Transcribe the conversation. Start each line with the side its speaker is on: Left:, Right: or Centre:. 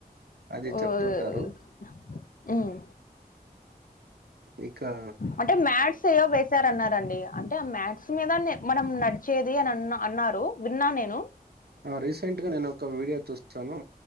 Right: అది
Left: ఆహ్,
Right: చెప్తుంటారు
Left: హ్మ్.
Right: ఇకా
Left: అంటే మ్యాథ్స్ ఏదో వేసార అన్నారండి అంటే ఆ మ్యాథ్స్ మీదనే మనం నడిచేది అని అ అన్నారు విన్నా నేను
Right: ఆ రీసెంట్ గా నేను ఒక వీడియో చూసాను